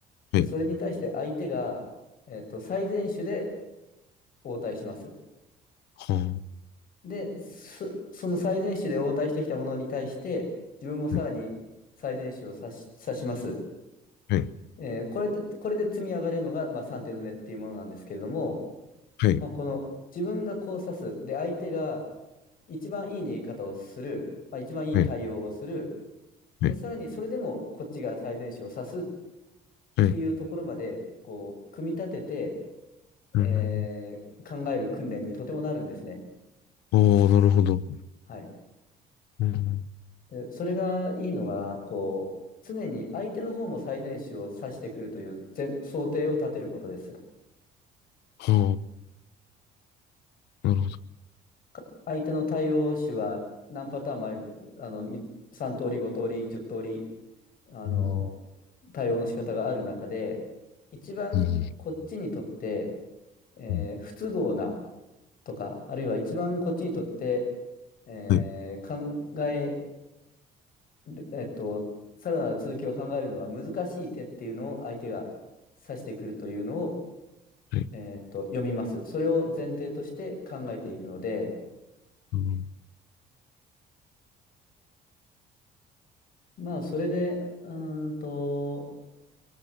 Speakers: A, on the left (about 55°); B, on the left (about 80°).
A: で、
B: はい、
A: それに対して相手が、えっと、最善手で応対します。
B: はあ、
A: で、そ、その最善手で応対してきたものに対して、自分もさらに最善手を指し、
B: はい、
A: 指します。
B: はい、
A: えーこれで、これで積み上がれるのが、まあ、3手詰めっていうものなんですけれども、
B: はい、
A: まあ、この自分がこう指す。で、相手が一番いい逃げ方をする。まあ、一番いい対応をする。
B: はい、はい、
A: で、さらにそれでもこっちが最善手を指すっ
B: はい
A: ていうところまで、こう、組み立てて、
B: うん。
A: えー考える訓練にとてもなるんですね。
B: ああ、なるほど。
A: はい。
B: うん、
A: で、それがいいのは、こう、常に相手の方も最善手を指してくるという前想定を立てることです。
B: はあ、なるほど。
A: か相手の対応手は何パターンもあり、あの、み3通り、5通り、10通り、あの、
B: うん、
A: 対応の仕方がある中で、一番こっちにとって、
B: うん、
A: えー不都合な
B: うん
A: とか、あるいは一番こっちにとって、えー考え
B: はい、
A: でえっと、さらなる続きを考えるのが難しい手っていうのを相手が指してくるというのを、
B: はい、
A: えっと、読みます。それを前提として考えていくので、
B: うん
A: まあ、それで、うーんと、